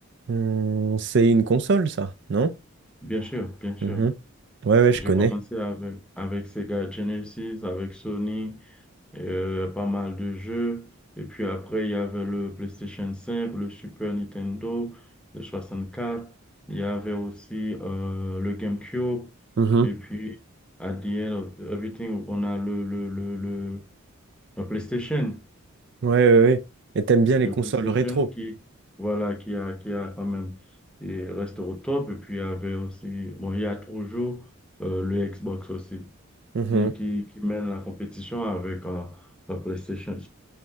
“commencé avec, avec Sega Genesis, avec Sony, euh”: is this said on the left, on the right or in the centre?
Centre